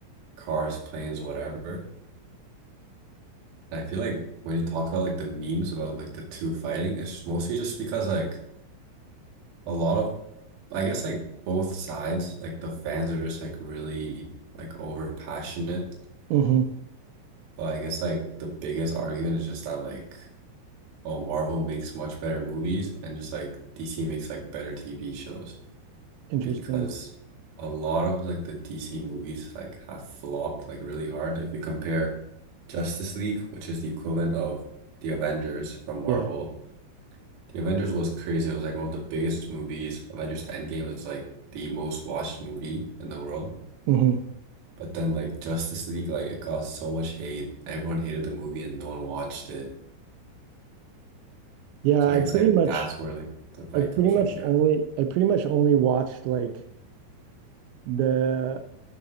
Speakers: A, on the right; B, on the right.
A: cars, planes, whatever. I feel like when you talk about like the memes about like the two fighting, it's mostly just because like a lot of I guess like both sides, like the fans are just like really like over passionate.
B: hmm
A: But I guess like the biggest argument is just that like oh Marvel makes much better movies and just like DC makes like better TV shows
B: interesting
A: because a lot of like the DC movies like have flopped like really hard. If you compare Justice League, which is the equivalent of the Avengers from Marvel
B: yeah
A: The Avengers was crazy. It was like one of the biggest movies. Avengers Endgame is like the most watched movie in the world.
B: hmm
A: But then like Justice League, like it got so much hate. Everyone hated the movie and no one watched it.
B: yeah
A: So
B: I
A: I guess
B: pretty
A: like
B: much
A: that's where like the fight
B: I
A: comes
B: pretty much
A: from. Yeah.
B: only I pretty much only watched like the